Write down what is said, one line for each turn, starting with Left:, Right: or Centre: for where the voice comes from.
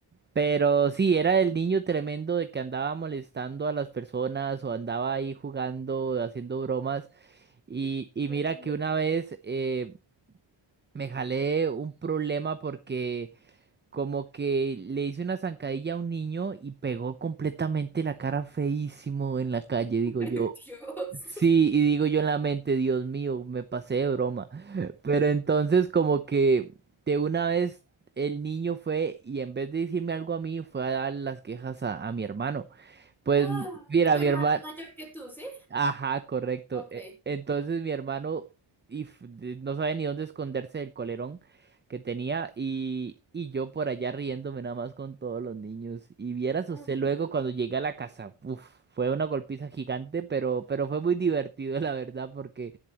Right: Pero sí, era el niño tremendo de que andaba molestando a las personas o andaba ahí jugando, haciendo bromas. Y, y
Centre: imagino.
Right: mira que una vez eh, me jalé un problema porque como que le hice una zancadilla a un niño y pegó completamente la cara feísimo en la calle, digo
Centre: Ay,
Right: yo.
Centre: Dios.
Right: Sí, y digo yo en la mente, Dios mío, me pasé de broma. Pero entonces como que de una vez el niño fue y en vez de decirme algo a mí, fue a dar las quejas a, a mi hermano. Pues
Centre: Ah,
Right: mira,
Centre: tu hermana
Right: mi hermano...
Centre: es mayor que tú, ¿sí?
Right: Ajá, correcto.
Centre: Ok.
Right: E- Entonces mi hermano y f- de- no sabía ni dónde esconderse del colerón que tenía y, y yo por allá riéndome nada más con todos los niños. Y vieras usted
Centre: Ay,
Right: luego
Centre: no.
Right: cuando llegué a la casa, uf, fue una golpiza gigante, pero, pero fue muy divertido <laughs> la verdad porque